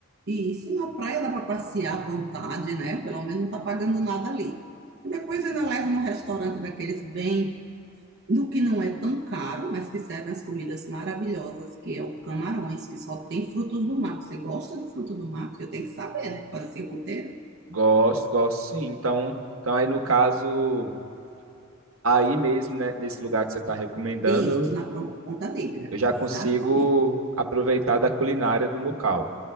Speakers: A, on the right; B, on the right.
A: e isso na praia dá para passear à vontade, né? Pelo menos não tá pagando nada ali. E depois ainda leva num restaurante daqueles bem, no que não é tão caro, mas que servem as comidas maravilhosas, que é o camarões, que só tem frutos do mar. Você gosta de frutos do mar? Porque eu tenho que saber, né? Fazer esse roteiro.
B: Gosto, gosto sim. Então, então aí no caso. Aí mesmo, né, nesse lugar que você está recomendando,
A: Isso, na Pron- Ponta Negra.
B: eu já
A: Exatamente.
B: consigo aproveitar da culinária do local.